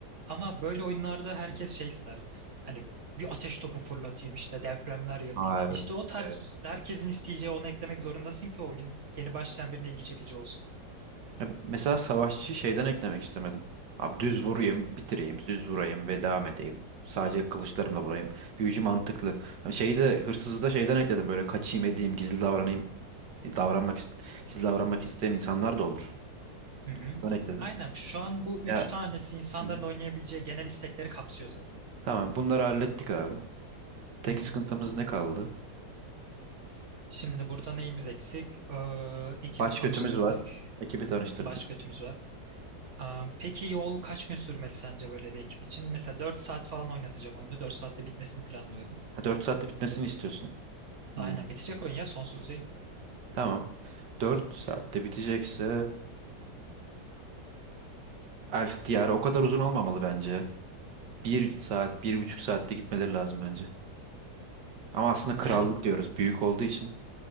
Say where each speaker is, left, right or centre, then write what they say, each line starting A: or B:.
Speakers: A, on the right (about 45°); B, on the right (about 80°).
A: Ama böyle oyunlarda herkes şey ister. Hani bir ateş topu fırlatayım işte depremler yapayım
B: Aa,
A: abi. İşte o tarz
B: evet.
A: herkesin isteyeceği onu eklemek zorundasın ki o oyun yeni başlayan birine ilgi çekici olsun.
B: Ya Mesela savaşçı şeyden eklemek istemedim. Abi düz vurayım, bitireyim, düz vurayım ve devam edeyim. Sadece kılıçlarımla vurayım. Büyücü mantıklı. Hani şeyi de hırsızda şeyden ekledim böyle kaçayım edeyim, gizli davranayım, davranmak ist- gizli davranmak isteyen insanlar da olur.
A: Hı hı.
B: Ondan ekledim.
A: Aynen şu an bu üç
B: Ya
A: tanesi insanların
B: Hı hı.
A: oynayabileceği genel istekleri kapsıyor zaten.
B: tamam bunları hallettik abi. Tek
A: Hı hı.
B: sıkıntımız ne kaldı?
A: Şimdi burada neyimiz eksik? Ee, ekibi
B: Baş
A: tanıştırdık.
B: kötümüz var. Ekibi tanıştırdık.
A: Baş götümüz var. Am, Peki yol kaç gün sürmeli sence böyle bir ekip için? Mesela 4 saat falan oynatacağım oyunu. dört saatte bitmesini planlıyorum.
B: Ha, 4 saatte bitmesini istiyorsun.
A: Aynen
B: Hı,
A: bitecek oyun ya sonsuz değil.
B: Tamam. 4 saatte bitecekse Elf diyarı o kadar uzun olmamalı bence. Bir saat, bir buçuk saatte gitmeleri lazım bence. Ama aslında krallık
A: Yani
B: diyoruz büyük olduğu için.